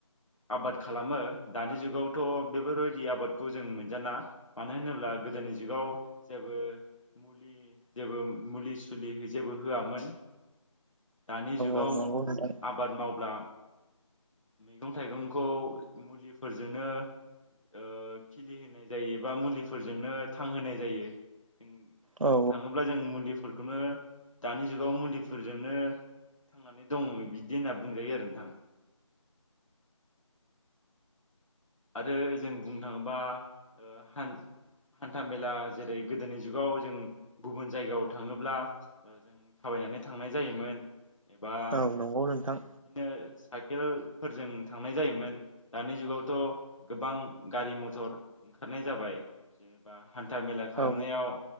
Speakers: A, on the left; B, on the right.
A: आबाद खालामो दानि जुगावथ' बेफोरबायदि आबादखौ जों मोनजाला मानो होनोब्ला गोदोनि जुगाव जेबो मुलि जेबो मुलि सुलि जेबो होआमोन दानि जुगाव
B: औ नंगौ नोंथां
A: आबाद मावब्ला मैगं थाइगंखौ मुलिफोरजोंनो ओ खिलिहोनाय जायो बा मुलिफोरजोंनो थांहोनाय जायो जों बुंनो
B: औ
A: थाङोब्ला जों मुलि फोरखौनो दानि जुगाव मुलि फोरजोंनो थांनानै दङ बिदि होनना बुंजायो आरो नोंथां आरो जों बुंनो थाङोबा ओ हान हान्थामेला जेरै गोदोनि जुगाव जों गुबुन जायगायाव थाङोब्ला ओ जों थाबायनानै थांनाय जायोमोन एबा
B: औ नंगौ नोंथां औ औ नंगौ नोंथां
A: बिदिनो सा इकेल फोरजों थांनाय जायोमोन दानि जुगावथ' गोबां गारि मथर ओंखारनाय जाबाय जेनेबा हान्था मेला खालामनायाव
B: औ